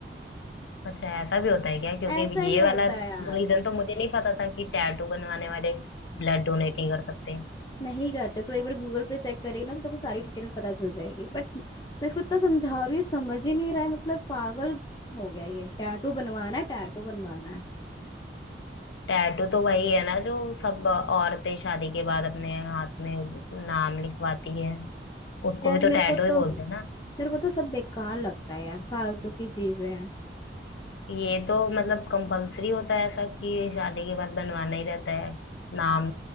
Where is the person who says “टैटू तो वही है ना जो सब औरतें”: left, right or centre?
Left